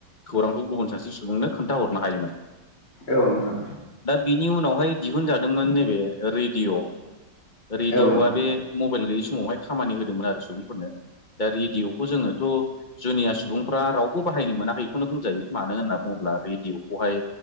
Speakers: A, on the left (about 30°); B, on the left (about 85°).
A: खौरांखौ गुबुन सासे सुबुंनो खोन्थाहरनो होमोन
B: औ नोंथां
A: बिनि उनावहाय दिहुनजादोंमोन नैबे रेडिअ' रेडिअ'आ
B: औ नोंथां
A: बे मबाइल गैयै समावहाय खामानि होदोंमोन आरो सुबुंफोरनो दा रेडिय'खौ जोङोथ' जुनिया सुबुंफ्रा रावबो बाहायनो मोनाखैखौनो बुंजायो मानो होनना बुङोब्ला रेडिय'खौहाय